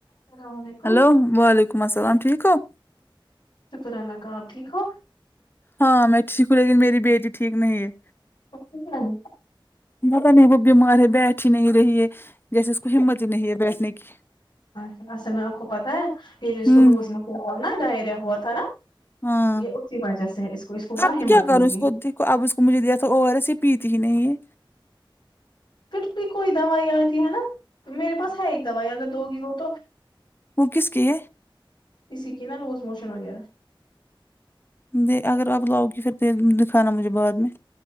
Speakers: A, on the left; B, on the left.
A: السلام علیکم
B: ہیلو وعلیکم السلام ٹھیک ہو
A: شکر اللہ کا آپ ٹھیک ہو
B: ہاں میں ٹھیک ہوں لیکن میری بیٹی ٹھیک نہیں ہے
A: اس کو کیا ہوا
B: مت نہیں وہ بیمار ہے بیٹ ہی نہیں رہی ہے جیسے اس کو ہممت ہی نہیں ہے بیٹھنے کی
A: چ اصل میں آپ کو پتہ ہے یہ ج س
B: ہوں
A: لوزمت یہول نا ڈائیا ہوت ہے نا
B: ہاں
A: یہ اس کی وجہ سے ہے اس کو اس کو کیا
B: اب میں
A: ہمت
B: کروں
A: ہوگی
B: اس دیکھو کو اب اس کو مجھے دیا تھا و ر س یہ پیتی ہی نہیں ہے
A: پھر بھی کوئی دوائی آتی ہے نا میرے پاس ہے ایک دوائی اگر دو گی وہ تو
B: وہ کس کی
A: اسی کی نا لوز موشن وغیرہ
B: د اگر اپ لاؤ گی پھر د دکھانا مجھے بعد میں